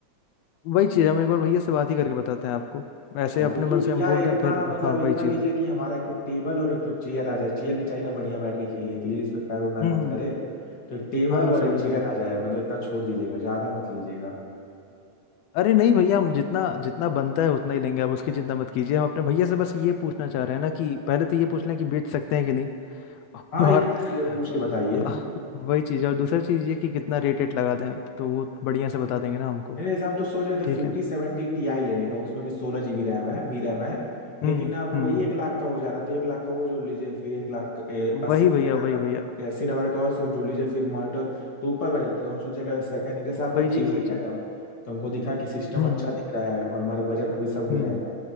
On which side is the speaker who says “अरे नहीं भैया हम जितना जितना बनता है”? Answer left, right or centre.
Left